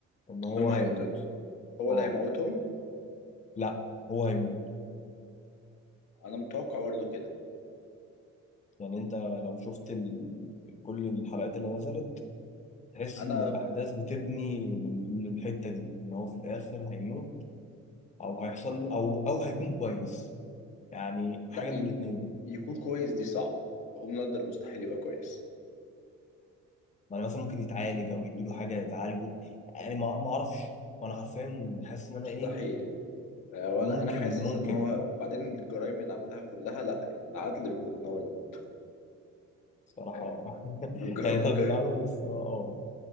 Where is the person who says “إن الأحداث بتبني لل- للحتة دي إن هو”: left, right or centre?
Left